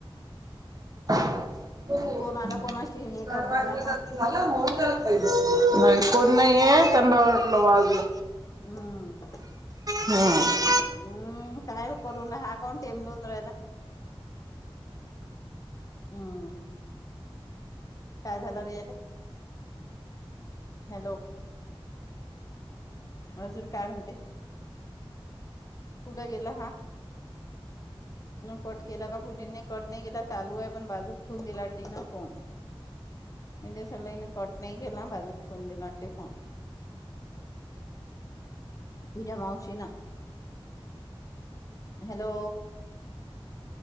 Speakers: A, on the right; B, on the left.
A: <inaudible> हो चार
B: कोणाला कोणाशी हे कर
A: वाजल
B: झाला हा
A: अस झालं म्हणून नाही कोण नाहीये त्यांंना वाटल वाजल
B: हम्म
A: हम्म
B: हम्म काय करून ना हाकून टेमलून रहायला. हम्म काय झाल रे याले? हॅलो अजून काय म्हणते. कुठं गेला हा कट केला का पूजीने कट नाही केला चालू आहे पण बाजूक ठेवून दिला ती ना फोन म सलाने कट नाही केला बाजूक ठेवून दिलाते फोन. तुझ्या मावशीन हॅलो